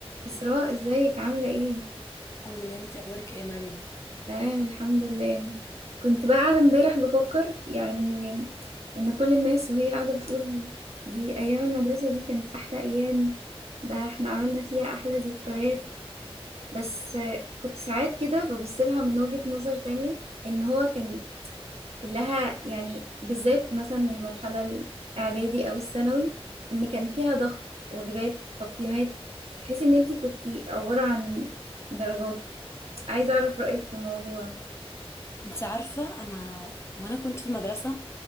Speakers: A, on the right; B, on the left.
A: إسراء ازيك عاملة ايه؟
B: الحمد لله انت اخبارك ايه يا مريم
A: تمام الحمد لله كنت بقى قاعدة امبارح بفكر يعني ان كل الناس وهي قاعدة بتقول دي ايام المدرسة دي كانت احلى ايام ده احنا عملنا فيها احلى ذكريات بس آه، كنت ساعات كده ببص لها من وجهة نظر تانية ان هو كان كلها يعني بالذات مثلا المرحلة الاعدادي او الثانوي ان كان فيها ضغط واجبات تقييمات تحس ان انتي كنتي عبارة عن درجات عايزة أعرف رأيك في الموضوع
B: انت عارفه انا وانا كنت في المدرسه